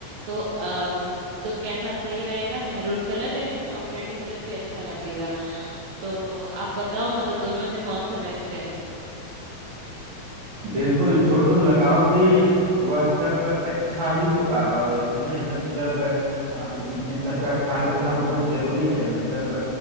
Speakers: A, on the right (about 60°); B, on the right (about 80°).
A: तो अम, तो कैसा सही रहेगा मेहरून कलर या फिर चॉकलेटी कलर भी अच्छा लगेगा तो आप बताओ मतलब दोनों में से कौन सा बेस्ट है
B: बिल्कुल जो तुम लगाओगी वह सब अच्छा ही होगा और तुम्हें मतलब अ, इन इन सब का ख्याल रखना बहुत जरूरी है मतलब